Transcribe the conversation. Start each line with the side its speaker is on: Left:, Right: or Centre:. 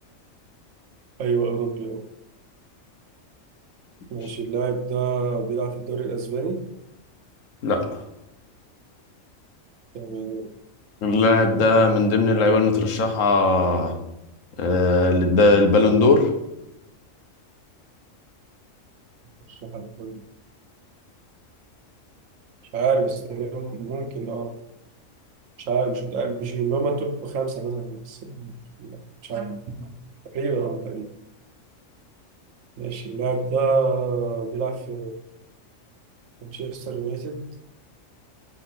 Right: ايوه اوروبي اه ماشي
Left: ماشي.
Right: اللاعب ده بيلعب في الدوري الاسباني
Left: لا
Right: تمام
Left: اللاعب ده من ضمن اللعيبة المترشحة آه للد- البالون دور
Right: مش عارف مش عارف، بس تقريباً ممكن اه مش عارف مش متأكد مش من اللي هما التوب خمسة مثلا بس مش عارف آه. تقريبا اه تقريبا ماشي اللاعب ده بيلعب في مانشستر يونايتد